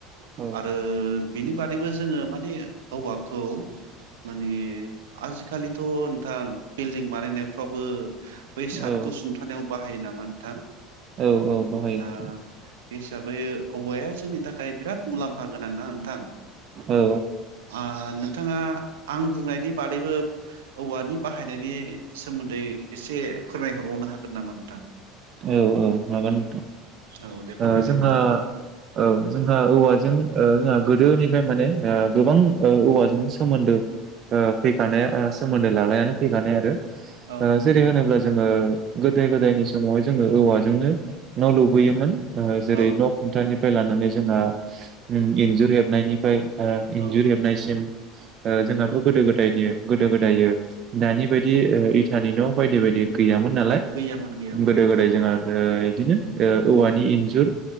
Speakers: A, on the right; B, on the right.
A: औ
B: आरो बिनि बादैबो जोङो माने। औवाखौ माने आजिखालिथ' नोंथां। बिल्डिं बानायनायफ्रावबो। बै सार्तखौ
A: औ
B: सुंथानायाव बाहायो नामा नोंथां।
A: औ औ बाहायो
B: दा
A: नोंथां
B: बे। हिसाबै औवाया जोंनि थाखाय बिराद मुलाम्फा गोनां दां। थां
A: औ
B: ओ नोंथाङा आं बुंनायनि बादैबो। औवानि बाहायनायनि सोमोन्दै एसे फोरमायहरबावनो हागोन नामा नोंथां।
A: औ -औ- हागोन नोंथां।
B: औ दे फोरमायलाय
A: ओ जोंहा
B: नोंथां
A: औ जोंहा औवाजों ओ। जोंहा गोदोनिफ्राय माने ओ गोबां ओ औवाजों सोमोन्दो ओ फैखानाय ओ सोमोन्दो लायानानै फैखानाय आरो।
B: औ
A: ओ जेरै होनोब्ला। जोङो गोदो गोदायनि समावहाय जों। जोङो औवाजोंनो न' लुबोयोमोन। ओ जेरै
B: औ
A: न' खुन्थानि। नि लानानै जोंहा उ इन्जुर हेबनायनिफ्राय। ओ इन्जुर
B: औ
A: हेबनायसिम। ओ जोंहाथ' गोदो गोदायनि गोदो गोदायो दानि बायदि ओ इथानि न' बायदि बायदि गैयामोन। नालाय
B: गैयामोन गैयामोन।
A: गोदो गोदाय जोंहा ओ बिदिनो ओ औवानि इन्जुर